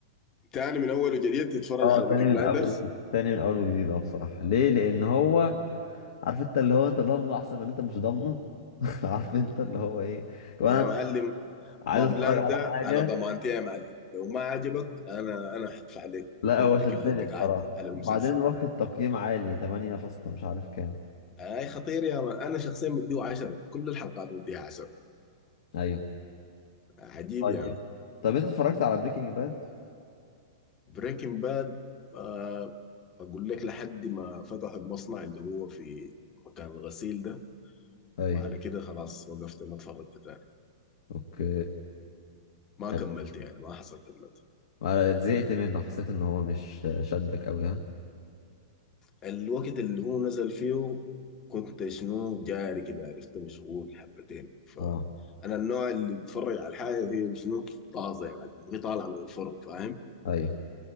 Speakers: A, on the left; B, on the left.
A: تاني من اول وجديد تتفرج
B: اه
A: على بيكي
B: تاني من
A: بلايندرز
B: اول تاني من اول وجديد اه بصراحه ليه لان هو عارف انت اللي هو انت ضامنه احسن من انت مش ضامنه <laughs> عارف انت اللي هو ايه كمان
A: يا
B: أنا
A: معلم
B: عايز
A: ما
B: اتفرج
A: بلان
B: على
A: ده
B: حاجه
A: على ضمانتي يا معلم لو ما عجبك انا انا هدفع لك
B: لا
A: وقتك
B: هو شدني
A: اللي انت
B: الصراحة
A: قعدته على المسلسل
B: وبعدين واخد تقييم عالي 8 فاصلة مش عارف كام
A: اي خطير يا مان انا شخصيا مديه 10 كل الحلقات مديها 10
B: ايوه
A: عجيب
B: طيب
A: يا مان
B: طب انت اتفرجت على بريكنج باد
A: بريكنج باد آه اقول لك لحد ما فتحوا المصنع اللي هو في مكان الغسيل ده
B: ايوه
A: وعلى كده خلاص وقفت ما اتفرجت تاني
B: اوكي
A: ما
B: حلو
A: كملت يعني ما حصل كملت
B: ما زهقت منه حسيت ان هو مش شدك قوي ها
A: الوقت اللي هو نزل فيه كنت شنو جاري كده عرفت مشغول حبتين فأنا
B: اه
A: النوع اللي بتفرج على الحاجة هي شنو طازة يا معلم وهي طالعة من الفرن فاهم
B: ايوه